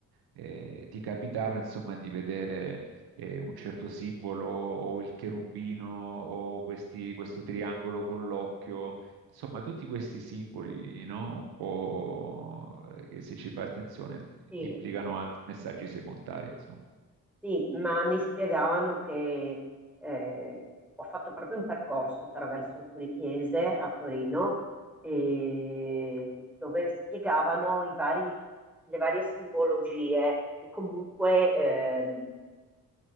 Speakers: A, on the right; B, in the centre.
A: eh, ti capitava, insomma, di vedere eh, un certo simbolo o il cherubino o questi- questo triangolo con l'occhio, insomma tutti questi simboli, no? Un po' eh, che se ci fai attenzione
B: sì,
A: implicano altri messaggi secondari, insomma.
B: sì, ma mi spiegavano che eh, ho fatto proprio un percorso attraverso alcune chiese a Torino eh, dove spiegavano i vari- le varie simbologie che comunque ehm,